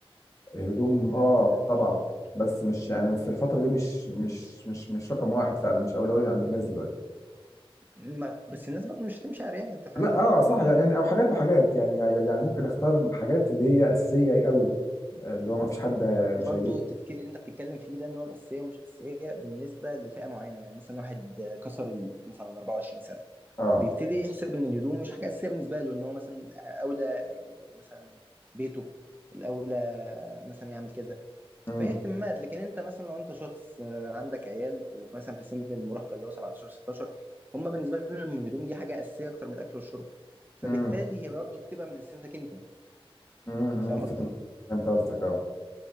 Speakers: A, on the left (about 35°); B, on the right (about 20°).
A: الهدوم اه
B: أه
A: طبعا بس مش يعني في الفترة دي مش مش مش مش رقم واحد فعلا مش أولوية عند الناس دلوقتي
B: ما بس الناس برضو مش هتمشي عريانة أنت فاهم
A: لا اه صح يعني او حاجات وحاجات يعني يعني يعني ممكن اختار حاجات اللي هي أساسية قوي اللي هو ما فيش حد مش
B: برضو
A: هيجيب
B: التفكير اللي أنت بتتكلم فيه ده إن هو الأساسية مش أساسية بالنسبة لفئة معينة يعني مثلا واحد كسر ال- مثلا ال 24 سنة
A: اه
B: بيبتدي يحسب إن الهدوم مش حاجة أساسية بالنسبة له إن هو مثلا أولى مثلا بيته الأولى مثلا يعمل كذا
A: امم
B: فهي اهتمامات لكن انت مثلا لو انت شخص آه، عندك عيال ومثلا في سن المراهقه اللي هو 17 16 هم بالنسبه لهم الهدوم دي حاجه اساسيه اكتر من الاكل والشرب فبالتالي
A: امم
B: هي برضه بتبقى من اساسيتك انت
A: امم أمم،
B: فاهم
A: فهمت
B: قصدي؟
A: فهمت قصدك اه